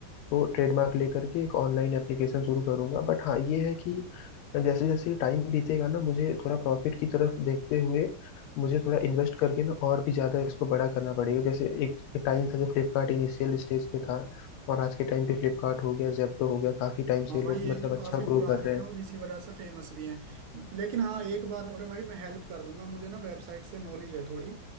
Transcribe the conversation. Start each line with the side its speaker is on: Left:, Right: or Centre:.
Left: तो ट्रेडमार्क लेकर के एक ऑनलाइन एप्लीकेशन शुरू करूंगा बट हाँ ये है कि जैसे जैसे टाइम बीतेगा ना मुझे थोड़ा प्रॉफिट की तरफ देखते हुए मुझे थोड़ा इन्वेस्ट करके ना और भी ज्यादा इसको बड़ा करना पड़ेगा जैसे एक टाइम था जब फ्लिपकार्ट इनिशियल स्टेज पे था और आज के टाइम पे फ्लिपकार्ट हो गया जेप्टो हो गया काफी टाइम
Right: हाँ
Left: से
Right: भाई
Left: लोग
Right: ये
Left: मतलब
Right: तो काफी
Left: अच्छा ग्रो
Right: पुराने
Left: कर रहे
Right: हैं
Left: हैं
Right: और इसी वजह से फेमस भी हैं लेकिन हाँ एक बात और है भाई मैं हेल्प कर दूंगा मुझे ना वेबसाइट से नॉलेज है थोड़ी